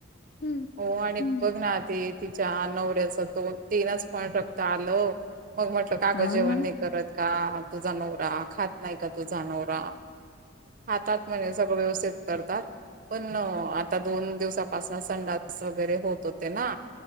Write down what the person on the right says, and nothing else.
हो आणि
बघ ना ते तिच्या नवऱ्याच तो तीनच पॉइंट रक्त आलं मग म्हटलं कागद
जेवण
नाही करत का तुझा नवरा खात नाही का तुझा नवरा हातात म्हणजे सगळं व्यवस्थित करतात पण आता दोन दिवसापासन संडा वगैरे होत होते ना